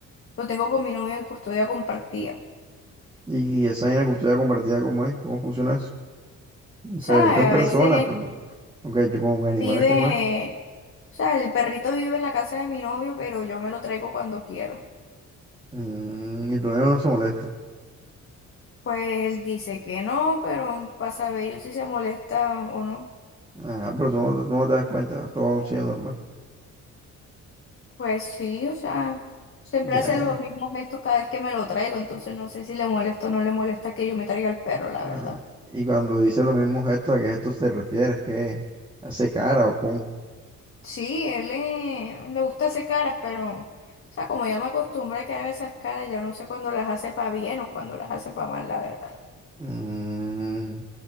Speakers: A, on the left; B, on the right.
A: lo tengo con mi novio en custodia compartida.
B: Y, esa vaina de custodia compartida, ¿cómo es? ¿Cómo funciona eso? O
A: O
B: sea,
A: sea,
B: yo lo he visto en personas,
A: a veces
B: pero aunque yo con animales,
A: Vive,
B: ¿cómo es?
A: o sea, el perrito vive en la casa de mi novio, pero yo me lo traigo cuando quiero.
B: Mm, y tu niño no se molesta.
A: Pues él dice que no, pero pasa a ver yo si se molesta o no.
B: Ah, pero tú no, tú no te das cuenta, todo sigue normal.
A: Pues sí, o sea, siempre
B: Ya,
A: hace
B: ya.
A: los mismos gestos cada vez que me lo traigo, entonces no sé si le molesta o no le molesta que yo me traiga el perro, la
B: Ah,
A: verdad.
B: y cuando dice los mismos gestos, ¿a qué gestos se refiere? ¿Es que hace cara o cómo?
A: Sí, él le, le gusta hacer caras, pero, o sea, como ya me acostumbra a que haga esas caras, ya no sé cuándo las hace para bien o cuando las hace para mal, la verdad.
B: Mm,